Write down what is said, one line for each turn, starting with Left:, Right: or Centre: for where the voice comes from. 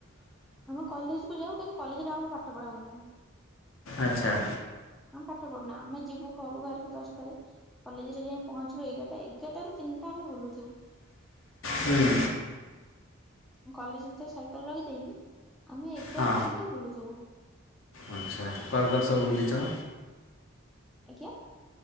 Centre: ଆମେ କଲେଜ କୁ ଯାଉ କିନ୍ତୁ କଲେଜରେ ଆମର ପାଠ ପଢା ହୁଏନା।
Left: ଆଚ୍ଛା।
Centre: ଆମେ ପାଠ ପଢୁନା ଆମେ ଯିବୁ ଘରୁ ବାହାରିବୁ ଦଶଟାରେ। କଲେଜରେ ଯାଇ ପହଞ୍ଚିବୁ ଏଗାରଟା ଏଗାରଟାରୁ ତିନିଟା ଆମେ ବୁଲଥିବୁ।
Left: ହୁଁ।
Centre: ମୁଁ କଲେଜ ଭିତରେ ସାଇକେଲ ରଖିଦେଇକି ଆମେ ଏଗାରାରୁୁ
Left: ହଁ
Centre: ତିନିଟା ବୁଲୁଥୁବୁ।
Left: ଆଚ୍ଛା କୁଆଡ଼େ କୁଆଡ଼େ ସବୁ ବୁଲିଛ?
Centre: ଆଜ୍ଞା।